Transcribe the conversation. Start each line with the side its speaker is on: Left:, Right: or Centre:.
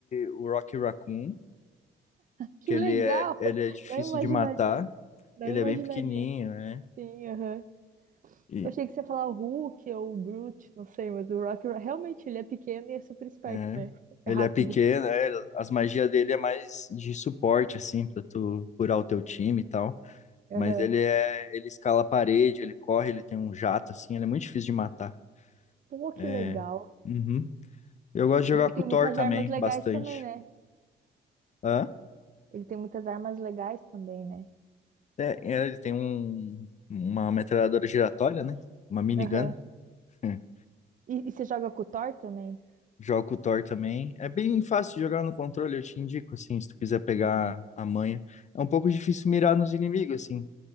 Left: o Rocky Raccoon,
Right: Que
Left: que ele
Right: legal!
Left: é, ele
Right: <laughs>
Left: é difícil
Right: Não imaginaria,
Left: de matar,
Right: não
Left: ele
Right: imaginaria.
Left: é bem pequenininho, né?
Right: Sim, aham.
Left: E,
Right: Eu achei que você ia falar o Hulk ou o Groot, não sei, mas o Rocket realmente ele é pequeno e é super esperto,
Left: é.
Right: né?
Left: Ele
Right: É rápido.
Left: é pequeno, é, as magias dele é mais de suporte, assim, pra tu curar o teu time e tal.
Right: Aham.
Left: Mas ele é, ele escala a parede, ele corre, ele tem um jato, assim, ele é muito difícil de matar.
Right: Pô, que
Left: É.
Right: legal.
Left: Uhum. Eu gosto de jogar
Right: E ele
Left: com
Right: tem
Left: o
Right: muitas
Left: Thor também,
Right: armas legais
Left: bastante.
Right: também, né?
Left: Hã?
Right: Ele tem muitas armas legais também, né?
Left: É, é, ele tem um, uma metralhadora giratória, né? Uma minigun.
Right: Aham.
Left: <laughs>
Right: E, e você joga com o Thor também?
Left: Joga com o Thor também. É bem fácil de jogar no controle, eu te indico, assim, se tu quiser pegar
Right: Uhum.
Left: a manha. É um pouco difícil mirar nos inimigos, assim.